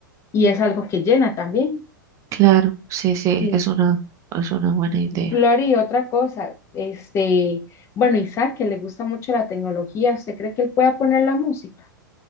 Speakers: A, on the left; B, on the right.
A: y es algo que llena también.
B: claro, sí, sí,
A: Sí.
B: es una, es una buena idea.
A: Glory, otra cosa, este, bueno, Isaac, que le gusta mucho la tecnología, ¿usted cree que él pueda poner la música,